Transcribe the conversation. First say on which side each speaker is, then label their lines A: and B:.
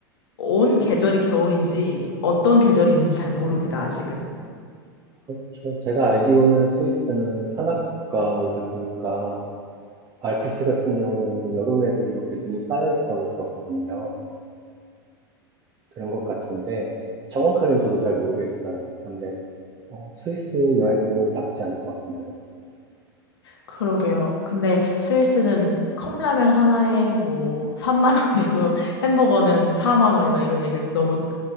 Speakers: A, on the left; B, on the right.
A: 온 계절이 겨울인지 어떤 계절이 있는지 잘 모릅니다, 아직은.
B: 그렇죠. 제가 알기로는 스위스는 산악 국가이다 보니까 알프스 같은 경우에는 여름에도 이렇게 눈이 쌓여 있다고 들었거든요. 들은 것 같은데 정확하게는 저도 잘 모르겠어요. 그런데 어, 스위스 여행도 나쁘지 않을 것 같은데요.
A: 그러게요. 근데 스위스는 컵라면 하나에 뭐 3만 원이고 <laughs> 햄버거는 4만 원이다 이런 얘기를 너무